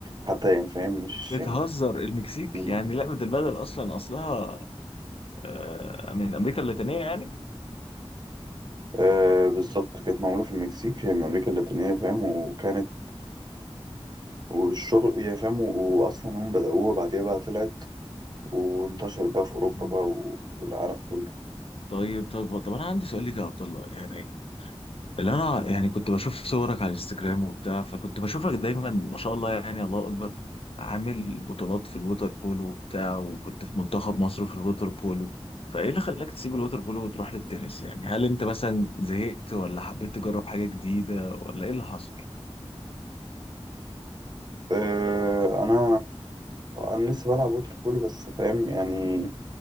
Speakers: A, on the right; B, on the left.
A: حتى يعني فاهم مش
B: بتهزر
A: يعني
B: المكسيك
A: مم.
B: يعني لعبة البدل أصلا أصلها آه، من أمريكا اللاتينية يعني
A: آه بالظبط كانت معموله في المكسيك هي من امريكا اللاتينيه فاهم وكانت والشغل يعني فاهم واصلا هم بدأوها بعديها بقى طلعت وانتشر بقى في اوروبا
B: مم.
A: بقى والعالم كله
B: طيب طب طب أنا عندي سؤال ليك يا عبد الله يعني اللي أنا يعني كنت بشوف صورك على الانستجرام وبتاع فكنت بشوفك دايما ما شاء الله يعني الله أكبر عامل بطولات في الووتر بولو وبتاع وكنت في منتخب مصر في الووتر بولو فإيه اللي خلاك تسيب الووتر بولو وتروح للتنس يعني هل أنت مثلا زهقت ولا حبيت تجرب حاجة جديدة ولا إيه اللي حصل؟
A: آه، انا انا لسه بلعب ووتر بولو بس فاهم يعني